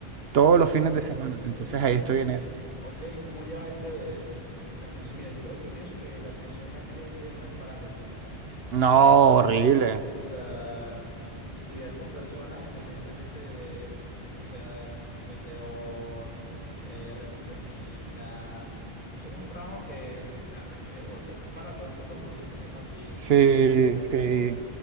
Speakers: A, on the right (about 75°); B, on the left (about 40°).
A: todos
B: ¿Y cómo,
A: los fines de semana. Entonces
B: y cómo,
A: ahí estoy en eso.
B: Ok, ¿cómo llevas ese atención? Mira, yo creo, yo pienso que la atención al cliente no es para cualquiera, ¿viste?
A: No,
B: O sea, no, no,
A: horrible.
B: no, No. no, o sea, lidiar con personas independientemente de, o sea, vendedor, eh, recepcionista, eso es un trabajo que, o sea, requiere, bueno, o sea, no es para todo el mundo porque hay que tener paciencia,
A: Sí,
B: no todo el mundo está de buen humor.
A: sí,